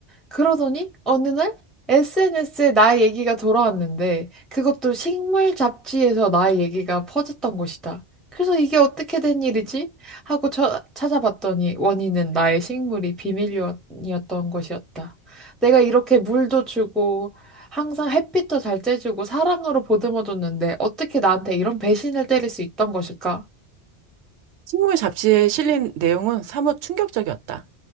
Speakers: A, in the centre; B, on the right.
A: 그러더니 어느 날 SNS에 나의 얘기가 돌아왔는데 그것도 식물 잡지에서 나의 얘기가 퍼졌던 것이다. 그래서 이게 어떻게 된 일이지? 하고 처- 찾아봤더니 원인은 나의 식물이 비밀이었던 것이었다. 내가 이렇게 물도 주고 항상 햇빛도 잘 쬐주고 사랑으로 보듬어줬는데 어떻게 나한테 이런 배신을 때릴 수 있던 것일까?
B: 식물 잡지에 실린 내용은 사뭇 충격적이었다.